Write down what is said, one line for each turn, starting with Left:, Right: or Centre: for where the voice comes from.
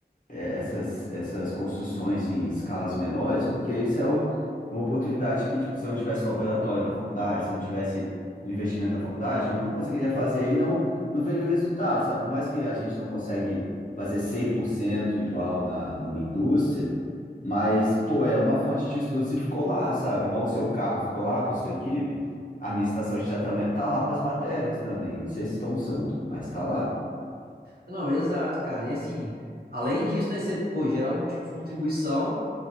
Left: é, essas, essas construções em escalas menores, porque isso é o- uma oportunidade que, tipo, se eu não tivesse o laboratório da faculdade, se eu não tivesse o investimento da faculdade, eu nunca conseguiria fazer e não, não veria o resultado, sabe? Por mais que a gente não consegue fazer 100% igual na, numa indústria, mas, pô, é uma fonte de estudos e ficou lá, sabe? Igual o seu carro ficou lá para sua equipe, a minha estação de tratamento tá lá para as matérias também. Não sei se estão usando, mas tá lá.
Right: Não, exato, cara. E assim, além disso, né, você, pô, gerar algum tipo de contribuição.